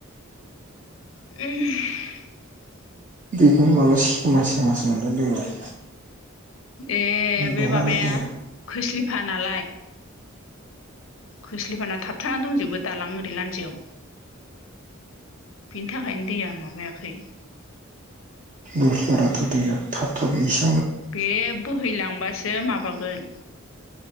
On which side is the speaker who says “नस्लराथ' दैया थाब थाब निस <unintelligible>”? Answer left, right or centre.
Right